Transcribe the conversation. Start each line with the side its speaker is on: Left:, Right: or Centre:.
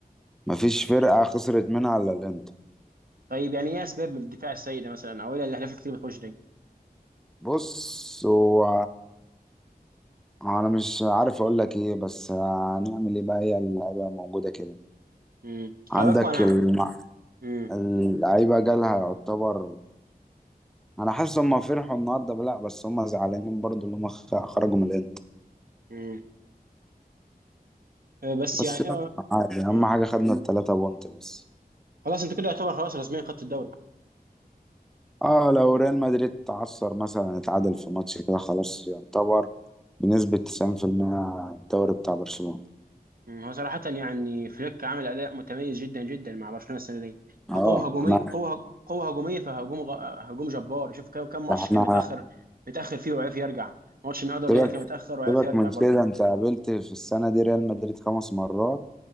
Centre: مفيش فرقه خسرت منها الا الانتر
Right: طيب يعني ايه اسباب الدفاع السيء ده مثلا او ايه الاهداف الكتير اللي بتخش دي
Centre: بص هو انا مش عارف اقول لك ايه بس هنعمل ايه بقى هي اللعيبه موجوده كده
Right: امم
Centre: عندك
Right: خلي انا
Centre: الم-
Right: امم
Centre: اللعيبه جالها يعتبر انا حاسس هم فرحوا النهارده لا بس هم زعلانين برضو اللي هم خ- خرجوا من الانتر
Right: امم آه، بس
Centre: بس
Right: يعني
Centre: يلا
Right: اه
Centre: عادي اهم
Right: امم
Centre: حاجه خدنا التلاتة بونت بس
Right: خلاص انت كده يعتبر خلاص رسميا خدت الدوري
Centre: اه لو ريال مدريد تعثر مثلا اتعادل في ماتش كده خلاص يعتبر بنسبه 90% الدوري بتاع برشلونه
Right: مم. هو صراحة يعني فليك عامل أداء متميز جدا جدا مع برشلونة السنة دي
Centre: اه
Right: كقوة هجومية
Centre: احنا
Right: قوة قوة هجومية فهجوم غ... هجوم جبار شوف كم كم ماتش
Centre: احنا
Right: كان متأخر متأخر فيه وعرف يرجع ماتش النهارده الريال
Centre: سيبك
Right: كان متأخر وعرف
Centre: سيبك
Right: يرجع
Centre: من
Right: برضه
Centre: كده انت قابلت في السنه دي ريال مدريد خمس مرات